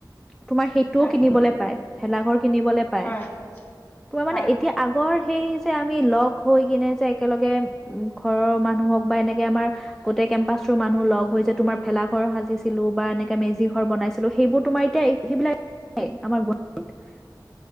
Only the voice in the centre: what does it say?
তোমাৰ সেইটোও
কিনিবলৈ পায় ভেলাঘৰ কিনিবলে পায়।
মানে
এতিয়া আগৰ সেই যে আমি লগ হৈ কিনে যে একেলগে উম ঘৰৰ মানুহ হওঁক বা এনেকে আমাৰ গোটেই কেম্পাচটোৰ মানুহ লগ হৈ যে তোমাৰ ভেলা ঘৰ সাজ ছিলো বা এনেকে মেজি ঘৰ বনাইছিলো সেইবোৰ তোমাৰ এতিয়া সেইবিলাক আমাৰ গুৱাহাটীত